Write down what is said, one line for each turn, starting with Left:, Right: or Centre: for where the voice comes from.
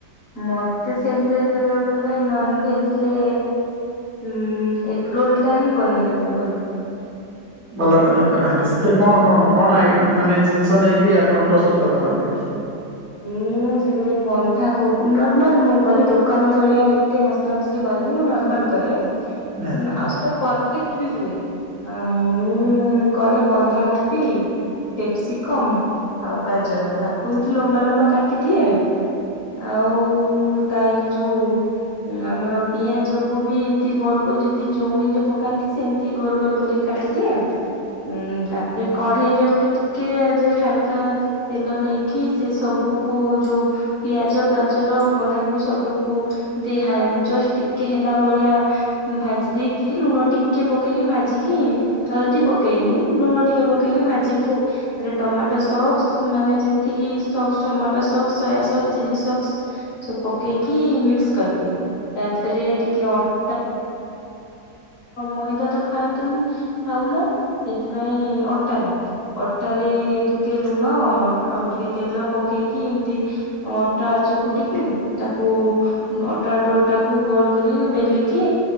Left: ମତେ ସେମିତିରେ କହିବାକୁ ଗଲେ ନନଭେଜରେ ଉଁ ଏଗରୋଲ ଟା ହିଁ ବନେଇ ଆସେ ଭଲ।
Right: ଭଲ ବନେଇ ପାରନ୍ତି। ସେଥିରେ କଣ କଣ କଣ ମାନେ ଜିନିଷ ନେଇକି ଆପଣ ପ୍ରସ୍ତୁତ କରନ୍ତି?
Left: ମୁଁ ସେଠାରେ ବନ୍ଧା କୋ ନର୍ମାଲ ମୁଁ କରେ ଦୋକାନ ଭଳିଆ ଏତେ ମସଲା ମସଲି କରେନି ମୁଁ ନର୍ମାଲ କରେ
Right: ନିହାତି
Left: ଆଉ ସେଟା ପରଫେକ୍ଟ ବି ହୁଏ। ଆ ମୁଁ କରେ ବନ୍ଧାକୋବି ଟେସ୍କିକମ ଆଉ ଗାଜର ତାକୁ ଏମିତି ଲମ୍ବା ଲମ୍ବା କାଟିଦିଏ। ଆଉ ତାରରେ ଯୋଉ ହଁ ଆମର ପିଆଜକୁୁ ବି ଏମିତି ଗୋଲ ଗୋଲ ଯେମିତି ଚଉମିନ ରେ ପକାନ୍ତି ସେମିତି ଗୋଲ ଗୋଲ କରି କାଟିଦିଏ ଉଁ ତାପରେ କଢ଼େଇରେ ଗୋଟେ ଟିକେ ଜଷ୍ଟ ହାଲକା ତେଲ ନେଇକି ସେ ସବୁକୁ ଯୋଉ ପିଆଜ ଗାଜର ବନ୍ଧାକୋବିକୁ ସବୁକୁ ଦେ ହାଏ ଜଷ୍ଟ ଟିକେ ହେଲା ଭଳିଆ ଭାଜି ଦେଇକି ଲୁଣ ଟିକେ ପକେଇକି ଭାଜିକି ହଲଦି ପକେଇନି ଲୁଣ ଟିକେ ପକେଇକି ଭାଜିକି ତାରେ ଟମାଟୋ ସକ୍ସ ମାନେ ଯେତିକି ସକ୍ ଟମାଟୋ ସକ୍ ସୟା ସକ୍ସ ଚିଲି ସକ୍ ସବୁ ପକେଇକି ମିକ୍ସ କରିଦିଏ ତାପରେ ଟିକେ ଅଳ୍ପ ମଇଦା ତ ଖାଆନ୍ତୁନି ଖାଉନ ସେଥିପାଇଁ ଅଟାରେ ଅଟାରେ ଟିକେ ଲୁଣ ଆଉ ଟିକେ ତେଲ ପକେଇକି ଏମିତି ଅଟା ଚକୁଟିକି ତାକୁ ଅଟା ଡୋ ଟାକୁ ଗୋଲ କରି ବେଲିକି